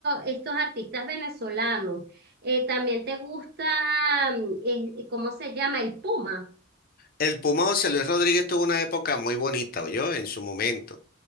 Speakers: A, on the right; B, on the left.
A: estos artistas venezolanos. Eh, también te gusta, mm, eh, eh, ¿cómo se llama? El Puma,
B: El Pumoso, Luis Rodríguez tuvo una época muy bonita, yo En su momento.